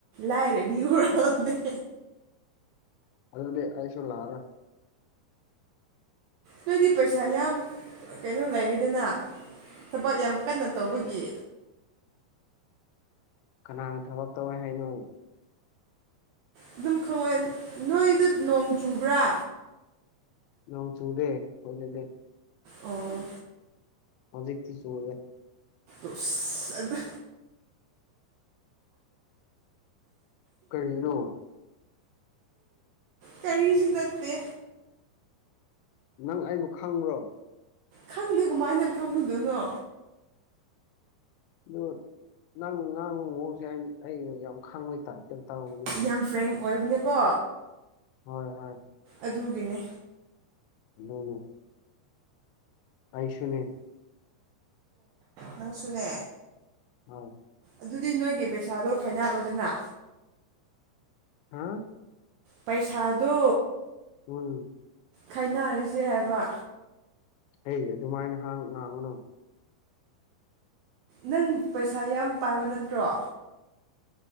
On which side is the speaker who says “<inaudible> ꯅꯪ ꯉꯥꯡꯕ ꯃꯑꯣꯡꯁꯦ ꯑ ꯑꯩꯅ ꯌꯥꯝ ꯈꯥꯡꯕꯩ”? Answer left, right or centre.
Left